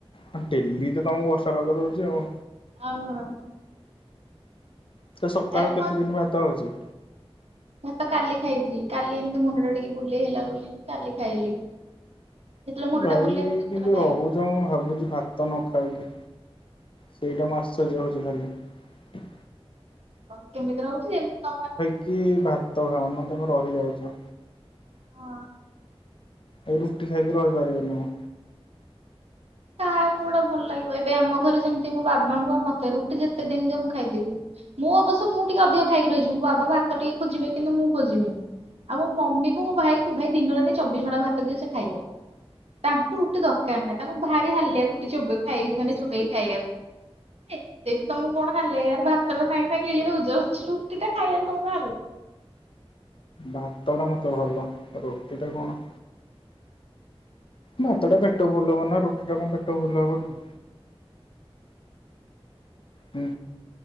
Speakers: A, on the left; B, on the right.
A: ହଁ ଡେଲି ତ ତମକୁ ବର୍ଷା ପାଗ ଦଉଛି ଆଉ
B: ଆଉ କଣ?
A: ତ ସପ୍ତାହ
B: ଆରେ ମୋ
A: କେତେ ଦିନ ଭାତ ହଉଛି?
B: ଭାତ କାଲି ଖାଇଥିଲି କାଲି ଏମିତି ମୁଣ୍ଡ ଟା ଟିକେ ବୁଲେଇ ହେଲା ବୋଲି କାଲି ଖାଇଲି। ଯେତେବେଳେ ମୁଣ୍ଡ
A: ଭାଇ
B: ଟା ବୁଲେଇ ହବ ସେତେଳେ
A: କିନ୍ତୁ
B: ଖାଇବି।
A: ରହୁଛ ମୁଁ ଭାବୁଛି ଭାତ ନ ଖାଇକି ସେଇଟା ମୁଁ ଆଶ୍ଚର୍ଯ୍ୟ ହଉଚି ଖାଲି।
B: କଁ କେମିତି ରହୁଛି ଏମିତି ତମ ମାନଙ୍କର
A: କି
B: ସେମିତି
A: ଭାତ ଖାଉନ ତମେ ରହିଯାଉଛ।
B: ହଁ।
A: ଏଇ ରୁଟି ଖାଇକି ରହିପାରିବିନି ମୁଁ।
B: ତାହାଉ କୋଉଟା ଭଲ ଲାଗିବ ଏବେ ଆମ ଘରେ ସେମିତି ମୋ ବାବାଙ୍କୁ ଆଉ ମତେ ରୁଟି ଯେତେ ଦିନ ଦିଅ ମୁଁ ଖାଇଦେବି। ମୁଁ ଅବଶ୍ୟ ମୁଁ ଟିକେ ଅଧିକ ଖାଇକି ରହିଜିମି ବାବା ଭାତ ଟିକେ ଖୋଜିବେ କିନ୍ତ ମୁଁ ଖୋଜିବିନି। ଆଉ ମୋ ମମି କୁ ମୋ ଭାଇ କୁ ଭାଇ ଦିନ ରାତି ଚବିଶ ଘଣ୍ଟା ଭାତ ଦିଅ ସେ ଖାଇବ। ତାଙ୍କୁ ରୁଟି ଦରକାର ନାହିଁ ତାଙ୍କୁ ଭାରି ହାଲିଆ ରୁଟି ଚୋବେ ଖାଇ ମାନେ ଚୋବେଇକି ଖାଇବାକୁ। ଏତେ ବି ତମକୁ କଣ ହୋଲେୟାର ଭାତଟା ସାଙ୍ଗେ ସାଙ୍ଗେ ଗିଳି ଦଉଛ। ଚୁଟି ଟା ଖାଇବାକୁ ତମକୁ ଖ
A: ଭାତ ଟା ମତେ ଭଲ ରୁଟି ଟା କଣ ହାତ ଟା ପେଟ ଫୁଲ୍ ହବନା ରୁଟି ଟା କଣ ପେଟ ଫୁଲ୍ ହବକି। ହୁ